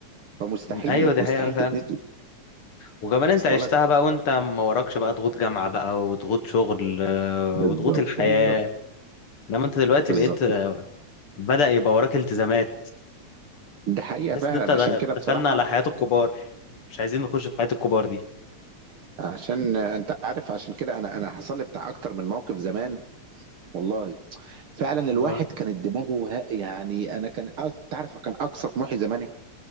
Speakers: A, on the right; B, on the left.
A: فمستحيل
B: ايوه دي
A: مستحيل
B: حقيقه فعلا
A: تتنسي
B: وكمان انت
A: اصلا
B: عشتها
A: لك
B: بقى وانت ما وراكش بقى ضغوط جامعه بقى وضغوط شغل آه،
A: بالظبط
B: وضغوط الحياه
A: بالظبط
B: لما انت دلوقتي
A: بالظبط
B: بقيت آه، بدأ يبقى وراك التزامات
A: دي حقيقه
B: تحس
A: فعلا
B: ان انت د-
A: عشان كده بصراحه
B: دخلنا على حياه الكبار مش عايزين نخش في حياه الكبار دي
A: عشان آه، انت عارف عشان كده انا انا حصل لي بتاع اكتر من موقف زمان والله فعلا الواحد
B: اه
A: كانت دماغه ها- يعني انا كان أص- انت عارف كان اقصى طموحي زمان إيه؟